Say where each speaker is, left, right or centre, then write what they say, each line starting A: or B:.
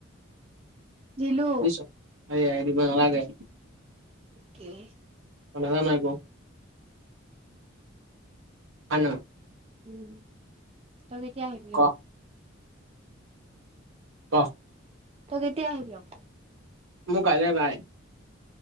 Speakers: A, on the right; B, on the right.
A: দিলো
B: বুইছ হেৰী এৰাই দিব নেলাগে
A: অকে
B: অ নাজানা একো আনৈ <unintelligible>
A: উম তই কেতিয়া আহিবি
B: ক
A: আকৌ
B: ক
A: তই কেতিয়া আহিবি আকৌ
B: মোৰ কাজিয়া নাই